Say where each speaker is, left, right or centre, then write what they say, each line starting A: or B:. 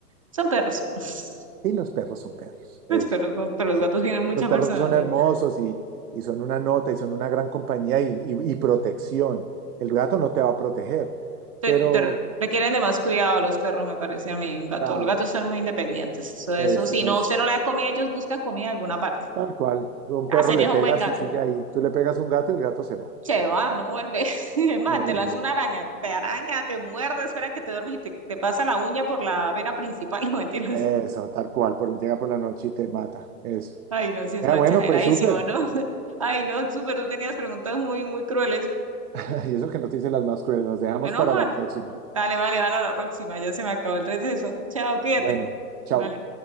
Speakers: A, on the right (about 25°); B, on the right (about 70°).
A: son perros. <laughs>
B: Sí, los perros son perros, eso.
A: Los perros son, pero
B: Así.
A: los gatos tienen mucha
B: Los perros
A: personalidad.
B: son hermosos y, y son una nota y son una gran compañía y, y- y protección. El gato no te va a proteger,
A: Pe-
B: pero
A: pero requieren de más cuidado los perros, me parece a mí. Un gato,
B: ah,
A: los gatos son muy independientes. Eso, eso,
B: eso,
A: si
B: entonces,
A: no, usted no le da comida, ellos buscan comida en alguna parte.
B: tal cual, tú a un
A: Ah,
B: perro
A: serías
B: le pegas
A: un buen gato.
B: y sigue ahí. Tú le pegas a un gato y el gato se va,
A: Se va, no vuelve. <laughs> Es más,
B: no vuelve.
A: te lanza una araña, te araña, te muerde, espera que te duermes y te, te pasa la uña por la vena principal. <laughs> No mentiras.
B: Eso, tal cual, por, llega por la noche y te mata, eso.
A: Ay, no, sí, eso
B: Ah,
A: es
B: bueno,
A: exageradísimo,
B: pues súper.
A: ¿no? <laughs> Ay, no, súper, tú tenías preguntas muy, muy crueles.
B: <laughs> Y eso que no te hice las más crueles, las dejamos
A: Menos
B: para
A: mal.
B: la próxima.
A: Dale, vale, vale, a la próxima. Ya se me acabó el receso. Chao, cuídate.
B: Bueno, chao.
A: Vale.